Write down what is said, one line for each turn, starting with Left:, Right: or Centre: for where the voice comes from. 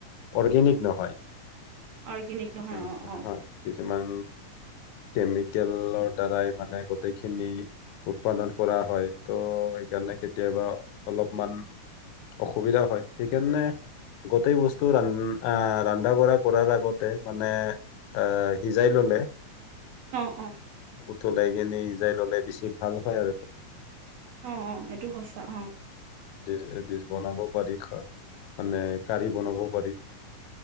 Left: অৰ্গেনিক নহয়।
Right: অৰ্গেনিক নহয়
Left: উম
Right: অঁ
Left: হয়
Right: অঁ
Left: হয় কিছুমান কেমিকেলৰ দ্বাৰাই মানে গোটেইখিনি উৎপাদন কৰা হয়। ত' সেইকাৰণে কেতিয়াবা অলপমান অসুবিধা হয় সেইকাৰণে গোটেই বস্তু ৰা আহ ৰান্ধা বঢ়া কৰাৰ আগতে মানে আহ সিজাই ললে
Right: অ', হয়
Left: তলাই কিনে সিযাই ললে বেছি ভাল হয় আৰু
Right: অ অ এইটো সঁচা অ
Left: ডিছ এ ডিছ বনাব পাৰি খা মানে কাৰি বনাবও পাৰি।